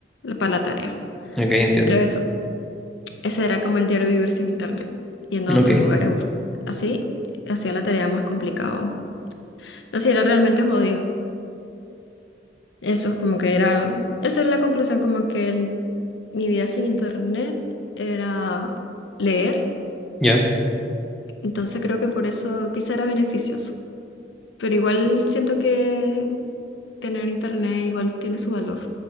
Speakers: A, on the left (about 80°); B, in the centre.
A: para la tarea.
B: Ok, entiendo.
A: Pero eso. Ese era como el diario vivir sin internet, yendo a
B: Ok,
A: otros lugares. bus- Así hacía la tarea más complicada. No sé, era realmente jodido. Eso es como que era, eso es la conclusión, como que el- mi vida sin internet era leer.
B: ya,
A: Entonces creo que por eso quizá era beneficioso. Pero igual siento que tener internet igual tiene su valor.